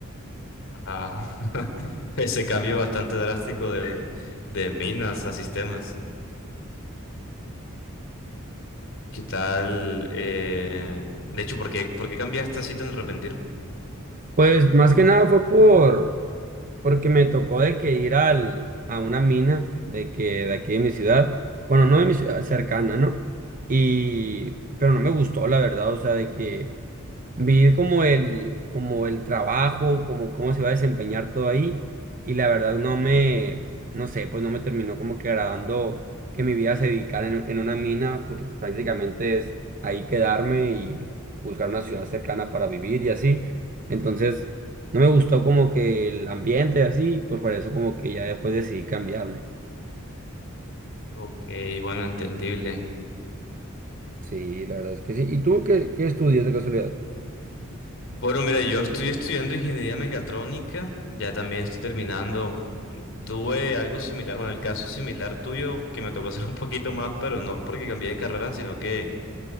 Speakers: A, on the left (about 65°); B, on the right (about 40°).
A: Ah, <laughs> ese cambio bastante drástico de, de minas a sistemas. ¿Qué tal? eh, De hecho, ¿por qué, por qué cambiaste así tan repentino?
B: Pues más que nada fue por... Porque me tocó de que ir al, a una mina de que de aquí de mi ciudad, bueno, no de mi ciudad cercana, ¿no? Y, pero no me gustó, la verdad, o sea, de que Vi como el, como el trabajo, como cómo se iba a desempeñar todo ahí, y la verdad no me, no sé, pues no me terminó como que agradando que mi vida se dedicara en, en una mina, porque pues prácticamente es ahí quedarme y buscar una ciudad cercana para vivir y así. Entonces, no me gustó como que el ambiente y así, pues por eso como que ya después decidí cambiarme.
A: Ok, bueno, entendible.
B: Sí, la verdad es que sí. ¿Y tú qué, qué estudias de casualidad?
A: Bueno, mira, yo estoy estudiando ingeniería mecatrónica, ya también estoy terminando. Tuve algo similar, bueno, el caso similar tuyo, que me tocó <laughs> hacer un poquito más, pero no porque cambié de carrera, sino que